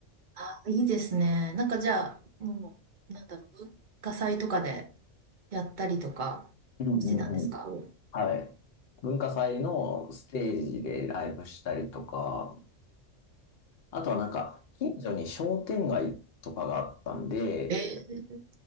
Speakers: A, on the right (about 50°); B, on the left (about 55°).
A: あ、いいですね。なんかじゃあ、もう、なんだろう、文化祭とかでやったりとかしてたんですかうん
B: うんうんうん。はい。文化祭のステージでライブしたりとか、あとはなんか、近所に商店街とかがあったんで、
A: えー、